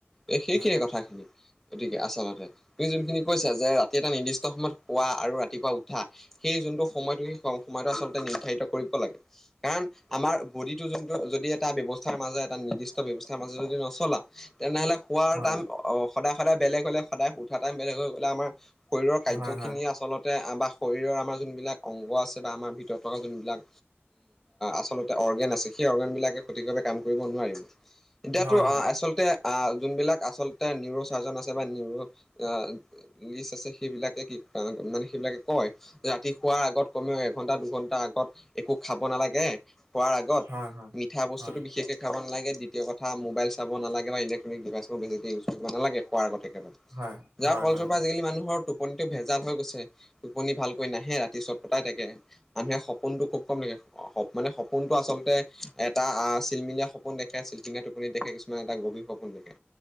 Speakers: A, in the centre; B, on the right.
A: এই সেইখিনিয়ে
B: হয়,
A: কথাখিনি গতিকে আচলতে তুমি যোনখিনি কৈছা যে ৰাতি এটা নিৰ্দিষ্ট সময়ত শুৱোৱা আৰু ৰাতিপুৱা উঠা সেই যোনটো সময়টো সেই সময়টো আচলতে নিৰ্ধাৰিত কৰিব লাগে কাৰণ আমাৰ বডিটো যোনটো যদি এটা ব্যৱস্থাৰ মাজে এটা নিৰ্দি ষ্ট ব্যৱস্থাৰ মাজত যদি নচলা তেনেহলে শুৱাৰ
B: হয়,
A: অ সদায় সদায় বেলেগ হলে সদায় উঠা টাইম বেলেগ হৈ গ'লে আমাৰ শৰীৰৰ কাৰ্যখিনিয়ে
B: হয়, হয়,
A: আচলতে বা শৰীৰৰ আমাৰ যোনবিলাক অংগ আছে বা আমাৰ ভিতৰত থকা যোনবিলাক আচলতে অৰ্গেন আছে সেই অৰ্গেন বিলাকে সঠিকভাৱে কাম কৰিব নোৱাৰিব এতিয়াতো
B: হয়, হয়, হয়,
A: আচলতে আহ যোনবিলাক আচলতে নিউৰো চাৰ্জন আছে বা নিউৰো আহ লিষ্ট আছে সেইবিলাকে কি মানে সেইবিলাকে কয় ৰাতি শুৱাৰ আগত কমেও এঘন্টা দুঘন্টা আগত একো খাব নালাগে শুৱাৰ আগত
B: হয়, হয়।
A: মিঠা বস্তুতো
B: হয়,
A: বিশেষকে খাব নালাগে দ্বি তীয় কথা মোবাইল চাবা নালাগে বা ইলেকট্ৰনিক ডিভাইচ সমূহ বেছিকৈ ইউজ কৰিবা নালাগে শুৱাৰ আগত একেবাৰে
B: হয়,
A: যাৰ
B: হয়,
A: ফলস্বৰূপে
B: হয়,
A: আজিকালি মানুহৰ টোপ টোপনিটো ভেজাল হৈ গৈছে টোপনি ভালকৈ নাহে ৰাতি চত পটাই থাকে মানুহে সপোনতো খুব কম দেখে সপো মানে সপোনতো আচলতে এটা চিলমিলীয়া সপোন দে খে চিলচিলিয়া টোপনি দেখে কিছু এটা গভীৰ সপোন দেখে